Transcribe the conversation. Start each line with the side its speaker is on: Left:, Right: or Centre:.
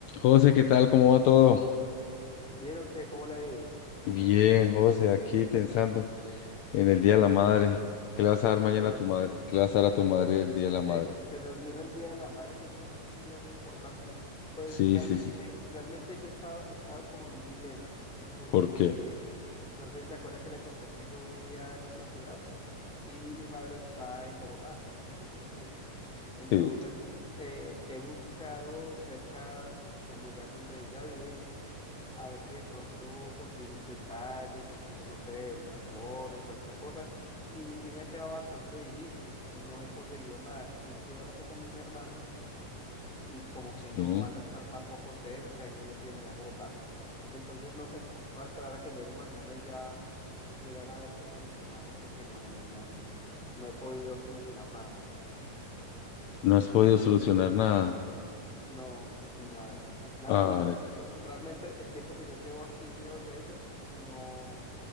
Left: José, ¿qué tal? ¿Cómo va todo?
Centre: Bien, ok, ¿cómo le ha ido?
Left: Bien, José, aquí pensando en el Día de la Madre. ¿Qué le vas a dar mañana
Centre: Ah,
Left: a tu madre? ¿Qué le vas a dar a tu madre
Centre: se,
Left: el Día de la Madre?
Centre: se- se nos vino el Día de la Madre, que es un un día muy importante. Pues
Left: Sí,
Centre: realmente,
Left: sí, sí.
Centre: realmente yo he estado, he estado como en un dilema, porque
Left: ¿Por qué?
Centre: no sé si se acuerda que le conté que yo vivía en otra ciudad y mi madre está en Bogotá, de donde yo soy. Entonces,
Left: Sí.
Centre: eh, he buscado cerca del lugar donde ella vive a ver si de pronto consigo un detalle, consigo, no sé, unas flores o alguna cosa. Y sí me ha quedado bastante difícil, no he conseguido nada. Y estoy hablando con mis hermanos y como que
Left: Sí.
Centre: no van a estar tampoco cerca y ellos vienen allá en Bogotá. Entonces, no sé, voy a esperar a que llegue mañana y ya mirar a ver qué solucionamos porque no, no, no, no, no he podido solucionar nada.
Left: No has podido solucionar nada.
Centre: No, nada. Nada,
Left: Ay,
Centre: y pues re- realmente el tiempo que yo llevo aquí lejos de ellos, no,